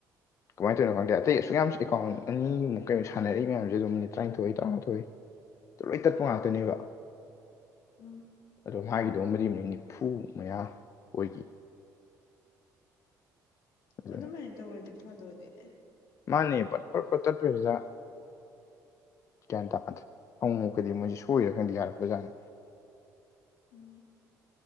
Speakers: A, on the left (about 45°); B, on the left (about 80°).
A: ꯀꯃꯥꯏꯅ ꯇꯧꯅꯣ ꯈꯪꯗꯦ ꯑꯇꯩ ꯑꯁꯨꯛ ꯌꯥꯝꯅ ꯑꯦꯥꯎꯟ ꯑꯅꯤꯃꯨ ꯀꯩꯅꯣ ꯁꯥꯟꯅꯔꯏ ꯃꯌꯥꯝꯦꯝ ꯃꯤꯠ ꯇꯔꯥꯅꯤꯊꯣꯏ ꯇꯔꯥꯊꯣꯏ ꯇꯂꯣꯏ ꯇꯠꯄ ꯉꯥꯛꯇꯅꯦꯕ
B: ꯎꯝ
A: ꯑꯗꯣ ꯃꯥꯒꯤꯗꯣ ꯃꯔꯤ ꯑꯃꯅꯤ ꯅꯤꯐꯨ ꯃꯌꯥ ꯑꯣꯏꯈꯤ ꯑꯗꯨꯅ
B: ꯑꯣ ꯑꯗꯨꯃꯥꯏꯅ ꯇꯧꯔꯗꯤ ꯐꯥꯗꯣꯏꯅꯤꯅꯦ
A: ꯃꯥꯅꯦ ꯄꯠ ꯄꯠꯄ ꯇꯠꯄꯁꯤꯗ ꯀꯩꯌꯥ ꯇꯥꯅꯗ꯭ꯔꯦ ꯑꯃꯨꯛꯨꯛꯀꯗꯤ ꯃꯣꯏꯁꯦ ꯁꯣꯏꯔꯀꯥꯟꯗꯤ ꯌꯥꯔꯛꯄꯖꯥꯠꯅꯤ
B: ꯎꯝ